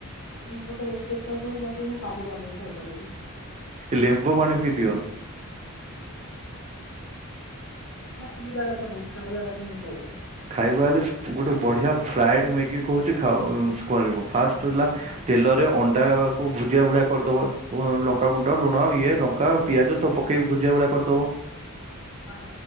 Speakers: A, on the left (about 55°); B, on the right (about 30°).
A: ଉଁମ୍ ଗୋଟେ ରେସିପିଟା କୁହାଯାଏ। କି ମୁଁ କାଲି ବନେଇ ଖାଇପାରିବି।
B: ଲେମ୍ବୁ ପାଣି ପିଇଦିଅ।
A: ଏଟା ପିଇବା କଥା କହିଲେ ଖାଇବା କଥା ମୁଁ କୋହୁଚି।
B: ଖାଇବା ହେଲେ ସ୍ପୁ ଗୋଟେ ବଢିଆ ଫ୍ରାଏଡ ମ୍ୟାଗି କୋହୁଚି ଖାଅ ଉଁ କରିବ ଫାଷ୍ଟ ରୁ ହେଲା
A: ହଁ
B: ତେଲରେ ଅଣ୍ଡା ତାକୁ ଭୁଜିଆ ଭଳିଆ କରିଦବ ଉ ଲଙ୍କାଗୁଣ୍ଡ, ଲୁଣ, ଇଏ ଲଙ୍କା, ପିଆଜ, ସବୁ ପକେଇକ ଭୁଜିଆ ଭଳିଆ କରିଦବ।
A: ଅଁ।